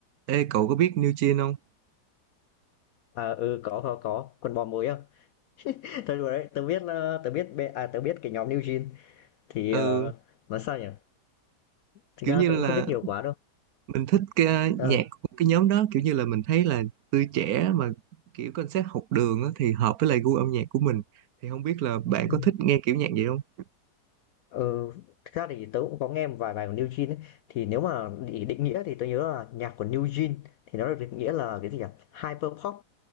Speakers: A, on the right; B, on the left.
A: Ê, cậu có biết New Jeans không?
B: À, ừ, có, có, có, quần bò mới à? <laughs> Thôi đùa đấy, tớ biết là tớ biết bê- à tớ biết cái nhóm New Jeans thì
A: Ừ,
B: ờ, nói sao nhỉ? Thực
A: kiểu
B: ra
A: như
B: tớ
A: là
B: cũng không biết nhiều quá đâu.
A: mình thích cái à,
B: Ờ,
A: nhạc của cái nhóm đó, kiểu như là mình thấy là tươi trẻ mà kiểu concept học đường á, thì hợp với lại gu âm nhạc của mình. Thì không biết là bạn
B: ừ.
A: có thích nghe kiểu nhạc vậy không?
B: Ờ, thực ra thì tớ cũng có nghe một vài bài của New Jeans ấy. Thì nếu mà để định nghĩa thì tớ nhớ là nhạc của New Jeans thì nó được định nghĩa là cái gì nhỉ? Hyper pop.